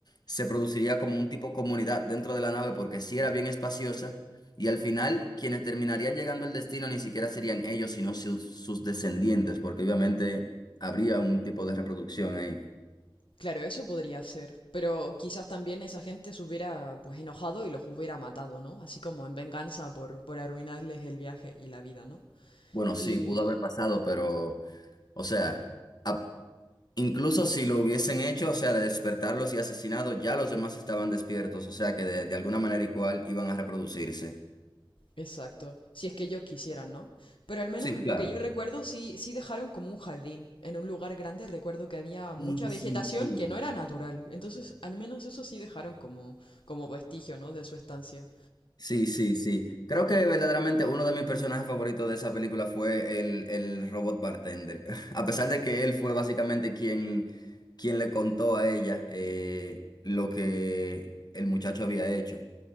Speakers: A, on the left; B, on the left.
A: Se produciría como un tipo comunidad dentro de la nave porque sí era bien espaciosa y al final quienes terminarían llegando al destino ni siquiera serían ellos, sino sus sus descendientes, porque obviamente habría un tipo de reproducción ahí.
B: Claro, eso podría ser, pero quizás también esa gente se hubiera pues enojado y los hubiera matado, ¿no? Así como en venganza por, por arruinarles el viaje y la vida, ¿no?
A: Bueno, sí,
B: Y...
A: pudo haber pasado, pero, o sea, a- incluso si lo hubiesen hecho, o sea, de despertarlos y asesinados, ya los demás estaban despiertos, o sea, que de, de alguna manera igual iban a reproducirse.
B: Exacto, si es que ellos quisieran, ¿no? Pero al menos
A: Sí, claro.
B: lo que yo recuerdo sí, sí dejaron como un jardín. En un lugar grande recuerdo que había
A: Sí,
B: mucha
A: sí,
B: vegetación
A: sí.
B: que no era natural. Entonces, al menos eso sí dejaron como, como vestigio, ¿no? De su estancia.
A: Sí, sí, sí. Creo que verdaderamente uno de mis personajes favoritos de esa película fue el, el robot bartender. <laughs> A pesar de que él fue básicamente quien, quien le contó a ella eh, lo que el muchacho había hecho.